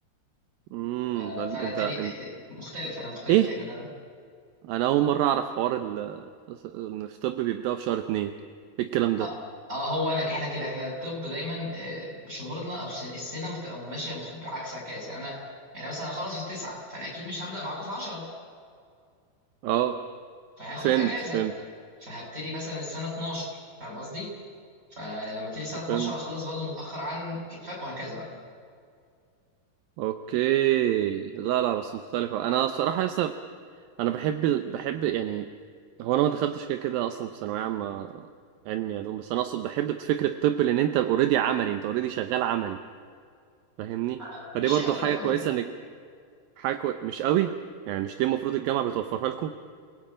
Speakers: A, on the right; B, on the right.
A: امم
B: ف- فانا
A: أنت
B: الدنيا
A: أنت
B: مختلف انا مختلف
A: إيه
B: يعني انا
A: أنا أول مرة أعرف حوار ال... إن في طب بيبدأوا في شهر اتنين إيه الكلام ده
B: اه آه، هو انا احنا كده احنا الطب دايما آه، شهورنا او سن- السنه بتبقى ماشيه مخ- بعكس عكاس يعني انا يعني مثلا هخلص في التسعه فانا اكيد مش هبدا معاكم في 10
A: أه
B: فهاخد
A: فهمت
B: اجازه
A: فهمت
B: فهبتدي مثلا السنه 12 فاهم قصدي؟ فلما ابتدي الساعه 12
A: فهمت
B: اخلص برضه متاخر عن فاهم وهكذا بقى.
A: اوكي لا لا بس مختلفة انا بصراحة لسه انا بحب ال- بحب يعني هو انا ما دخلتش كده كده اصلا في ثانوية عامة علمي علوم بس انا اقصد بحب فكرة الطب لان انت اوريدي عملي انت اوريدي شغال عملي فاهمني
B: آه،
A: فدي
B: مش
A: برضو
B: قوي
A: حاجة
B: برضه
A: كويسة انك حاجة كوي... مش قوي يعني مش دي المفروض الجامعة بتوفرها لكم